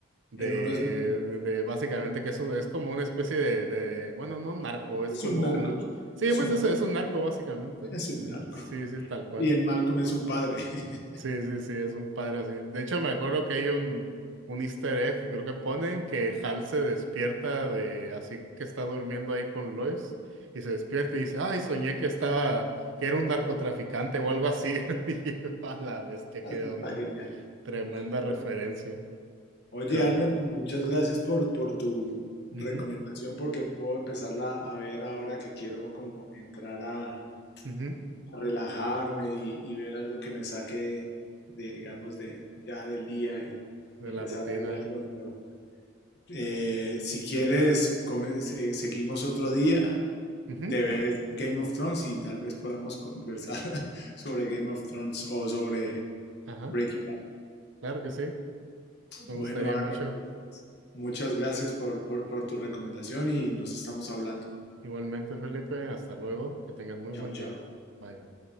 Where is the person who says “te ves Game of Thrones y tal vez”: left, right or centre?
Left